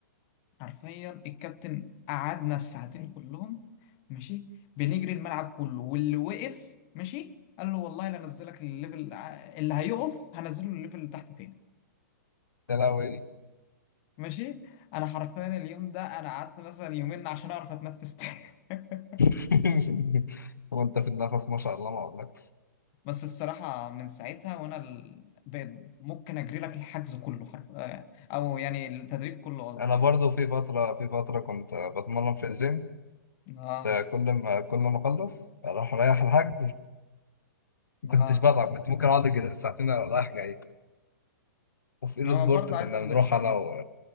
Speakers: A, on the left (about 40°); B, on the left (about 80°).
A: حرفيا الكابتن قعدنا الساعتين كلهم ماشي بنجري الملعب كله واللي وقف ماشي قال له والله لا انزلك الليفل ع- اللي هيقف هنزله الليفل اللي تحت تاني
B: يا لهوي
A: ماشي انا حرفيا اليوم ده انا قعدت مثلا يومين عشان اعرف اتنفس تاني <laughs>
B: <laughs> وأنت في النفس ما شاء الله ما أقولكش
A: بس الصراحة من ساعتها وأنا ال- بقيت ممكن أجري لك الحجز كله حرف آه، أو يعني التدريب كله قصدي
B: أنا
A: يعني
B: برضو في فترة في فترة كنت بتمرن في الجيم
A: آه
B: ده كل ما كل ما أخلص أروح رايح الحاج ما
A: آه
B: كنتش بتعب كنت ممكن أقعد أجي ساعتين رايح جاي وفي ايرو
A: أنا
B: سبورت
A: برضه
B: كنا
A: عايز أنزل
B: بنروح
A: الجيم
B: انا و...
A: بس